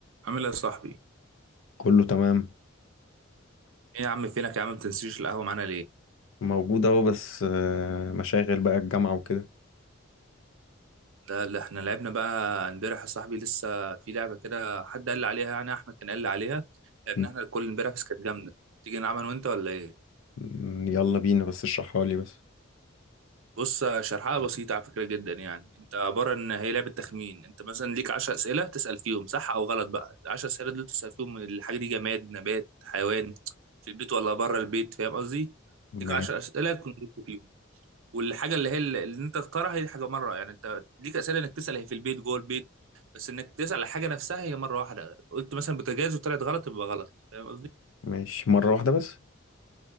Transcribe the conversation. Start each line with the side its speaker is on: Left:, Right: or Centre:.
Right: عامل ايه يا صاحبي؟
Left: كله تمام
Right: ايه يا عم فينك يا عم ما بتنسيش القهوة معانا ليه؟
Left: موجود اهو بس آه، مشاغل بقى الجامعة وكده
Right: ده اللي احنا لعبنا بقى امبارح يا صاحبي لسه في لعبة كده حد قال لي عليها يعني احمد كان قال لي عليها لعبنا
Left: م-
Right: احنا الكل امبارح بس كانت جامدة تيجي نلعبها انا وانت ولا ايه؟
Left: م- يلا بينا بس اشرحها لي بس
Right: بص شرحها بسيطة على فكرة جدا يعني انت عبارة ان هي لعبة تخمين انت مثلا ليك 10 أسئلة تسأل فيهم صح او غلط بقى 10 أسئلة دول تسأل فيهم الحاجة دي جماد نبات حيوان في البيت ولا بره البيت فاهم قصدي؟
Left: ماشي
Right: ليك 10 أسئلة تكون جبت فيهم والحاجه اللي هي اللي انت تختارها هي حاجه مره يعني انت ليك اسئله انك تسال هي في البيت جوه البيت بس انك تسال على حاجه نفسها هي مره واحده قلت مثلا بوتاجاز وطلعت غلط يبقى غلط فاهم قصدي
Left: ماشي مرة واحدة بس